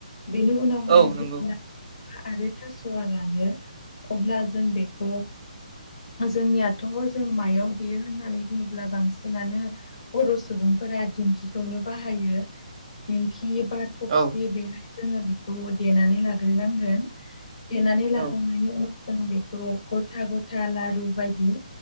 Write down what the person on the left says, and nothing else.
बेनि उनावहाय
जों हा आरो थास'वा रानो अब्ला जों बेखौ जोंनियाथ' जों मायाव देयो होननानै बुङोब्ला? बांसिनानो बर' सुबुंफोरा दिंखिखौनो बाहायो दिंखि बा थफसि
बेहाय जोङो बेखौ देनानै लाग्रोनांगोन। देनानै लाखांनायनि
उनाव जों बेखौ गथा गथा आथा लारु बायदि